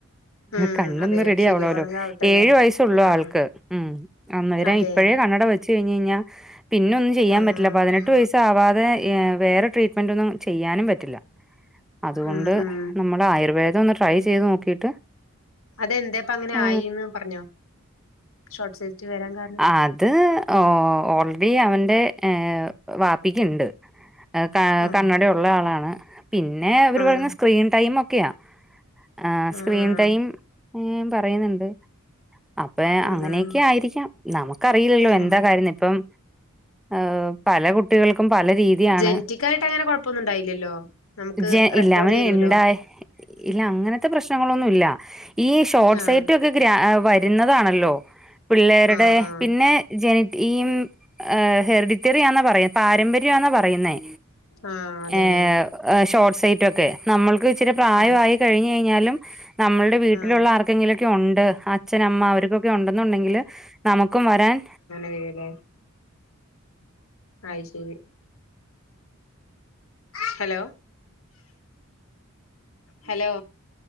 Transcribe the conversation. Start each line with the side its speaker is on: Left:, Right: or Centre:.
Left: ഉം
Centre: കണ്ണൊന്ന്
Left: അതെ
Centre: റെഡിയാവണോല്ലോ
Left: ശരിയാവാണെങ്കിൽ ആവട്ടെല്ലേ
Centre: ഏഴ് വയസ് ഉള്ളൂ
Left: ആഹ്
Centre: ആൾക്ക്. അന്നേര
Left: അതെ
Centre: ഇപ്പഴേ കണ്ണട വ ച്ച് കഴിഞ്ഞെയ്ഞ്ഞാ, പിന്നൊന്നും ചെയ്യാൻ
Left: ആഹ്
Centre: പറ്റില്ല പതിനെട്ട് വയസാവാതെ എ വേറെ ട്രീറ്റ് മെൻ്റൊന്നും ചെയ്യാനും പറ്റില്ല. അതുകൊണ്ട്,
Left: ഉം ഉം
Centre: നമ്മള് ആയുർവേദം ഒന്ന് ട്രൈ ചെയ്ത് നോക്കീട്ട്
Left: അതെന്തേപ്പ അങ്ങനെ
Centre: ഏ
Left: ആയിന്ന് പറഞ്ഞോ ഷോർട്ട് സേറ്റ് വരാൻ കാരണം
Centre: അത് ഓ ഓൾ റെഡി അവൻ ൻ്റെ ഏ വാ പ്പിക്ക്ണ്ട് എ ക‌
Left: ആഹ്
Centre: കണ്ണടയുള്ള ആളാണ് പിന്നെ ഇവര്
Left: ആഹ്
Centre: പറയുന്നു സ്ക്രീൻ <unintelligible> മൊക്കെയാ ആ സ്‌ക്രീൻ
Left: ആഹ് ആഹ്
Centre: ടൈം പറയുന്നുണ്ട്. അപ്പഴേ
Left: ഉം
Centre: അങ്ങനെയൊക്കെയായിരിക്കാം
Left: ഉം
Centre: നമുക്കറിയില്ലല്ലോ
Left: ആഹ്
Centre: എന്താ കാര്യം ന്ന് ഇപ്പം എഹ് പല കുട്ടികൾക്കും പല രീതിയാണ്.
Left: ജെനിറ്റിക് ആയിട്ട് അങ്ങനെ കൊഴപ്പൊന്നും ഉണ്ടാവില്ല്യല്ലോ. നമുക്ക്
Centre: ജെ
Left: റെക്കോർഡ്
Centre: ഇല്ല
Left: തരോലോ
Centre: <unintelligible> ഇല്ല അങ്ങനത്തെ പ്രശ്നങ്ങളൊന്നുംല്ല ഈ ഷോർട്ട്
Left: ആഹ്
Centre: സൈറ്റ് ഒക്കെ ഗ്രാ വരുന്നതാണല്ലോ പിള്ളേരുടെ
Left: ആഹ് ആഹ്
Centre: പിന്നെ ജനി ഈം ഹേ ഹെർഡിത്തെറിയന്ന പറയാം പാരമ്പര്യാന്നാ പറയുന്നേ
Left: ആഹ് അതെല്ലേ
Centre: ഏ ഷോർട്ട് സൈറ്റ് ഒക്കെ നമ്മൾ ഇത്തിരി പ്രായമായി
Left: ആഹ്
Centre: കഴിഞ്ഞു കഴിഞ്ഞാലും നമ്മളുടെ വീട്ടിലുള്ള
Left: ആഹ്
Centre: ആർക്കെങ്കിലുമൊക്കെ ഉണ്ട് അച്ഛനമ്മ അവർക്കൊക്കെ ഉണ്ടെന്നുണ്ടെങ്കില് നമുക്കും വരാൻ
Left: ചെയ്യല്ലേ ആയ് ശരി ഹലോ ഹലോ